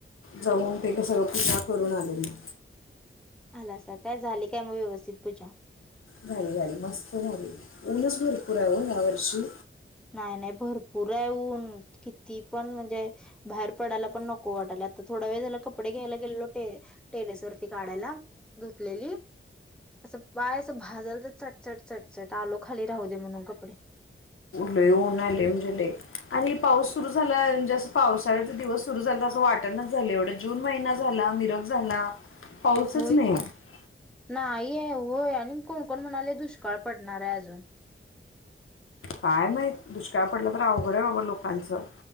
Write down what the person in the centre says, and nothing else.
आला सा काय, झाले काय मग व्यवस्थित पूजा.
नाय नाय भरपूरे ऊन, किती पण म्हणजे बाहेर पडाय पण नको वाटालात. आता थोडा वेळ झाला कपडे घ्यायला गेलो टे टेरेस वरती काढायला. धुतलेली. असं पाय अस भाजल त चटचट चटचट. आलो खाली राहू दे म्हणून कपडे.
होय
की,
नाही आहे होय. आणि कोण कोण म्हणाले दुष्काळ पडणार आहे अजून.